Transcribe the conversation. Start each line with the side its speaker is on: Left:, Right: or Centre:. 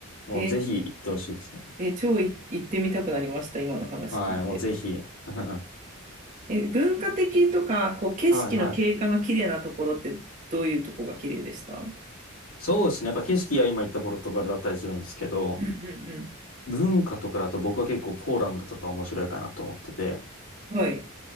Left: い。もうぜひ行ってほしいですね。
Right: えーえー超い行ってみたくなりました、今の話聞いて。
Left: はい、もうぜひ。<laughs>
Right: えー文化的とか、こう、景色の景観が綺麗なところって、
Left: はいはい。
Right: どういうとこが綺麗でしたうん
Left: そうですね。やっぱ景色は今言ったポルトガルだったりするんですけど、
Right: うんう
Left: 文化とかだと僕は結構ポーランドとか面白いかなと思ってて、
Right: ん。はい。